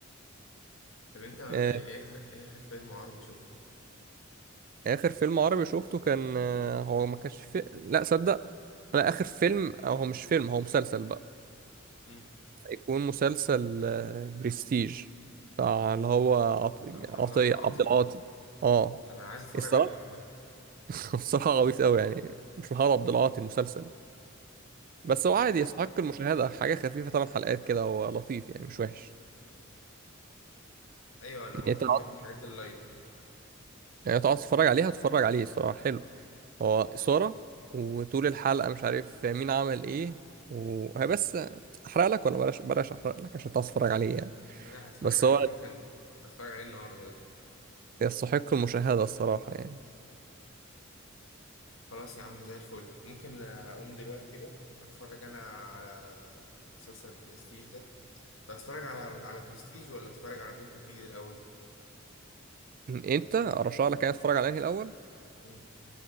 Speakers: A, on the left; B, on the right.
A: طب انت ايه
B: آه،
A: إيه اخر ايه اخر فيلم عربي شفته
B: آخر فيلم عربي شفته كان آه، هو ما كانش في... لا صدق لا آخر فيلم أو هو مش فيلم هو مسلسل بقى
A: امم
B: يكون مسلسل آه، برستيج بتاع اللي هو عط...
A: طب محمد
B: عطية
A: عبد العاطي
B: عبد العاطي اه
A: انا عايز اتفرج
B: الصراحة
A: عليه والله
B: <laughs> الصراحة غويط أوي يعني مش محمد عبد العاطي المسلسل
A: إيه،
B: بس هو عادي
A: لايت
B: يستحق المشاهدة حاجة خفيفة ثمان حلقات كده هو لطيف يعني مش وحش
A: ايوه انا عامه
B: يعني تقعد
A: بحب الحاجات اللايت دي
B: يعني تقعد تتفرج عليها تتفرج عليه الصراحة حلو هو إثارة وطول الحلقة مش عارف مين عمل إيه وهي بس أحرق لك ولا بلاش بلاش أحرق لك عشان تعرف تتفرج عليه يعني
A: انا هتفرج
B: بس
A: عليه
B: هو
A: ممكن هتفرج عليه النهارده ده
B: يستحق المشاهدة الصراحة يعني
A: خلاص يا عم زي الفل ممكن اقوم دلوقتي كده اتفرج انا على مسلسل برستيج ده طب اتفرج على على برستيج ولا اتفرج على دونت بريد الاول
B: أنت أرشح لك يعني تتفرج على أنهي الأول
A: مم.